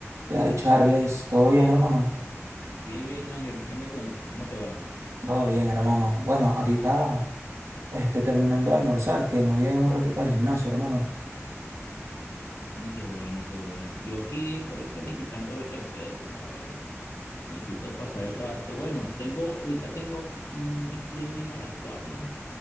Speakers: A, on the right (about 80°); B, on the left (about 85°).
A: ¿Qué hay, Charles? ¿Todo bien, hermano?
B: Bien, bien, Ángel, ¿qué me cuentas? ¿Cómo te va?
A: Todo bien, hermano. Bueno, ahorita este, terminando de almorzar, que me voy a ir un ratico al gimnasio, hermano.
B: Mm, qué bueno, qué bueno. Yo aquí estoy planificando a ver qué hacer. A ver, necesito pasar el rato. Bueno, tengo, ahorita tengo un streaming a las 4,